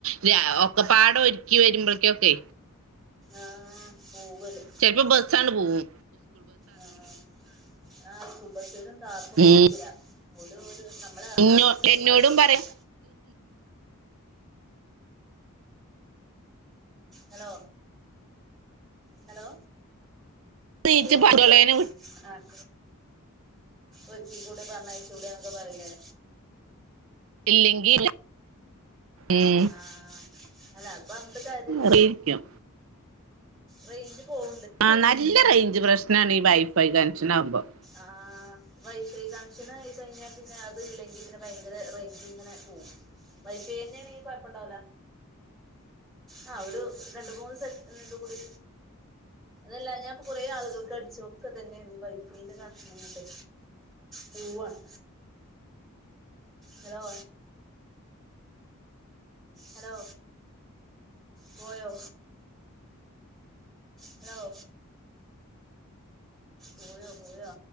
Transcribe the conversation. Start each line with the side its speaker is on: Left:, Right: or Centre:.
Right: വ്യാ ഒക്കെപ്പാടെ ഒര്ക്കി വരുമ്പൾക്ക്യൊക്കെ.
Centre: ആഹ് പോവ്വല്.
Right: ചെൽപ്പം ബസങ്ങട് പോകും.
Centre: ആഹ് ആഹ് സ്കൂൾ ബസ്സരും കാത്തൊന്നും
Right: ഉം.
Centre: ഇര്ക്കൂല ഓല് ഓല് ന മ്മള് എറങ്ങി
Right: ഇന്നോ-
Centre: ഇര്ന്ന്ക്ക്ണെ
Right: എന്നോടും
Centre: മാത്രം കിട്ടും.
Right: പറയാം
Centre: ഹലോ. ഹലോ
Right: നീച്ച്
Centre: കേക്ക്ണ്ല്ലേ
Right: പടളേനെ
Centre: ആഹ്. ഒര്ക്കി കൂടെ പറഞ്ഞയ്ച്ചൂടെന്നൊക്കെ പറയിലേ.
Right: ഇല്ലെങ്കി ഉം.
Centre: ആഹ് അല്ല അത് പറഞ്ഞിട്ട് കാര്യല്ല
Right: ഇരിക്കും.
Centre: റേയിഞ്ച് പോവ്
Right: ആഹ് നല്ല റേഞ്ച് പ്രശ്നാണ് ഈ വൈഫൈ കൻഷൻ ആകുമ്പോൾ
Centre: ആഹ് വൈഫൈ കൺഷൻ ആയി കഴിഞ്ഞാൽ പിന്നെ അതില്ലെങ്കി പിന്നെ ഭയങ്കര റേഞ്ച് ഇങ്ങനെ പോകും വൈഫൈ തന്നെയ ആണെങ്കിൽ കൊഴപ്പണ്ടാവുല ആ ഒരു രണ്ട് മൂന്ന് സെറ്റ് ഇത് കൂടി അതല്ലാ ഞാപ്പൊ കുറെ ആളുകൾക്ക് അടിച്ചു, ഒക്കെ ഇതന്നെനെന്ന് വൈ വൈഫൈന്റെ കനക്ഷങ്ങണ്ട് പൂവാണ് ഹലോ ഹലോ പോയോ ഹലോ പോയൊ പോയാ